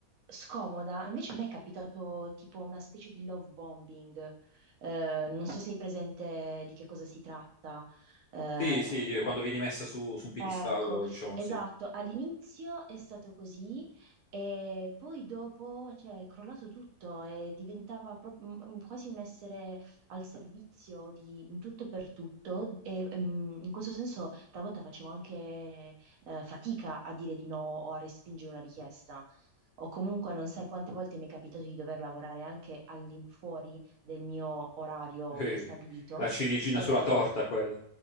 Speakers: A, on the right; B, on the left.
A: scomoda. Invece a me è capitato tipo una specie di love bombing. Eh, non so se hai presente di che cosa si tratta. Eh,
B: Sì, sì, quando vieni messa su, su un piedistallo,
A: Ecco,
B: diciamo
A: esatto,
B: sì.
A: all'inizio è stato così e poi dopo, cioè, è crollato tutto e diventava proprio quasi un essere al servizio di in tutto e per tutto e mm, in questo senso talvolta facevo anche eh, fatica a dire di no o a respingere una richiesta. O comunque non sai quante volte mi è capitato di dover lavorare anche all'infuori del mio orario
B: Eh,
A: prestabilito.
B: la ciliegina
A: eh,
B: sulla torta quella,